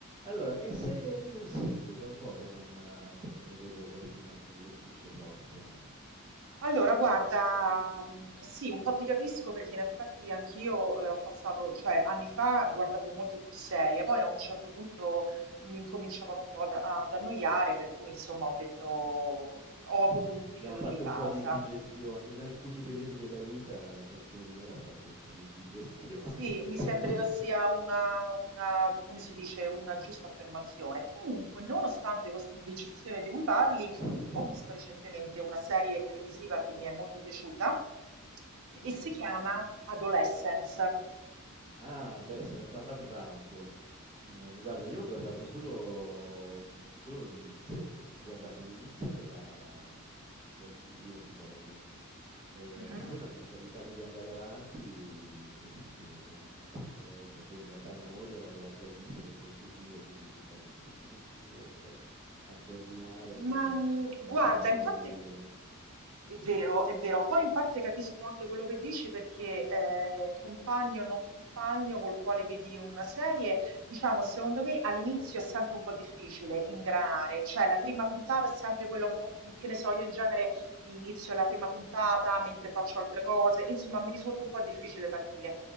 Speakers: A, on the right; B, on the right.
A: Allora, che serie mi consigli? È da un po' che non, eh, che non ne vedo qualcuna che mi colpisce troppo.
B: Allora, guarda, mhmm, sì, un po' ti capisco perché in effetti anch'io, ehm, ho passato cioè anni fa guardavo molto più serie, poi a un certo punto mi incominciavano un po' ad ad annoiare, per cui insomma ho detto ho avuto
A: <laughs>
B: un periodo
A: Abbiamo fatto
B: di pausa.
A: un po' di indigestione. In alcuni periodi della vita, ciascuno di noi ha fatto un po' di indigestione
B: Sì,
A: <laughs>
B: mi sembra
A: di serie
B: che sia
A: TV.
B: una, una- come si dice, una giusta affermazione. Comunque, nonostante questa indecisione di cui parli,
A: <laughs>
B: ho visto recentemente una serie televisiva che mi è molto piaciuta
A: Sì.
B: e si chiama Adolescence.
A: Ah, beh, se ne è parlato tanto. Mm, eh, Guarda, io ho guardato solo, mm, solo l'inizio. Ho guardato l'inizio della- del del primo episodio. Ehm,
B: Mhm.
A: poi non mi è capitato di andare avanti così, proprio per mancanza di tempo. Poi in realtà mia moglie l'aveva già visto per conto suo, quindi tu sai che poi se non ci si riesce a coordinare, poi
B: Ma,
A: non
B: mhmm,
A: non
B: guarda,
A: si ha più
B: in
A: modo
B: parte
A: di vederlo.
B: è vero, è vero. Poi in parte capisco anche quello che dici perché, ehm, compagno o non compagno col quale vedi una serie, diciamo secondo me all'inizio è sempre un po' difficile ingranare, cioè la prima puntata è sempre quella un po' che ne so, io in genere inizio la prima puntata mentre faccio altre cose, insomma mi risulta un po' difficile partire.